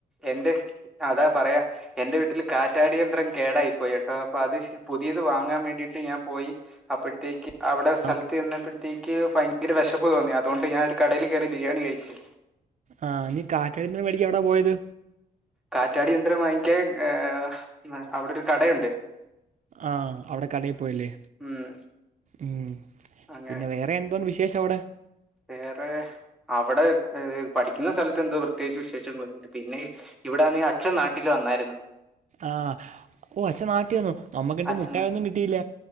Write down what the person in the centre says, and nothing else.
എന്റെ അതാ പറയാം എന്റെ വീട്ടിൽ കാറ്റാട യന്ത്രം കേടായിപ്പോയി കേട്ടോ അപ്പൊ അത് പുതിയത് വാങ്ങാൻ വേണ്ടിട്ട് ഞാൻ പോയി അപ്പോഴത്തേക്കും അവിടെ സ്ഥലത്ത്
നിന്നപ്പോഴത്തേക്ക് ഭയങ്കര വിശപ്പ് തോന്നി അതുകൊണ്ട് ഞാനൊ ഒരു കടയിൽ കയറി ബിരിയാണി കഴിച്ചു
കാറ്റാടി യന്ത്രം വാങ്ങിക്കാൻ ഏഹ് അവിടെ ഒരു കടുണ്ട്
ഉം,
അങ്ങനെ
വേറെ അവിടെ പഠിക്കുന്ന സ്ഥലത്ത് എന്തോ പ്രത്യേകിച്ച് വിശേഷങ്ങൾ ഒന്നും മില്ല പിന്നെ ഇവിടെ അന്നേ അച്ഛൻ നാട്ടില് വന്നായിരുന്നു
അച്ഛൻ